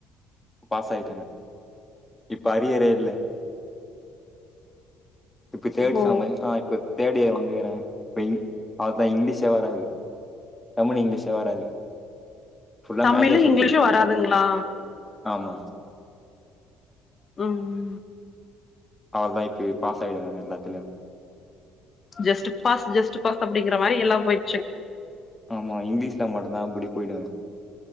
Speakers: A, on the left; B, on the left.
A: பாஸ் ஆயிட்டேன் இப்ப அரியரே இல்ல இப்ப கேட்டுச்சா
B: ஓ
A: மு ஆ இப்ப தேட் இயர் வந்துகுறேன் இப்ப இ அதான் இங்கிலீஷே வராது தமிழ் இங்கிலீஷே வராது ஃபுல்லா
B: தமிழும்
A: மேஜர் சப்ஜெக்ட்
B: இங்கிலீஷும்
A: தா
B: வராதுங்ளா
A: ஆமா
B: ம்
A: அவ்ளதா இப்பி பாஸ் ஆயிடுவேன் எல்லாத்துலயும்
B: ஜஸ்ட் பாஸ் ஜஸ்ட்பாஸ் அப்டிங்கற மாரி எல்லாம் போயிடுச்சு
A: ஆமா இங்கிலீஷ்ல மட்டும்தான் இப்டி போயிடுவேன்